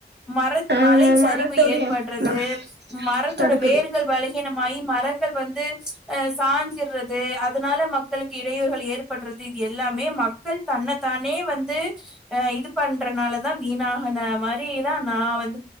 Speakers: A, in the centre; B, on the right.
A: மர
B: ம்
A: மலைச்சரிவு
B: மரத்தோடைய
A: ஏற்பட்றது
B: ம
A: மரத்தோட
B: தடுக்குது
A: வேறுகள் பலகீனமாயி மரங்கள் வந்து ஆஹ் சாஞ்சுர்ரது அதனால மக்களுக்கு இடையூறுகள் ஏற்பட்றது இது எல்லாமே மக் மக்கள் தன்னத்தானே வந்து ஆஹ் இது பண்றனாலதா வீணா ந்த மாதிரி தா நா வந்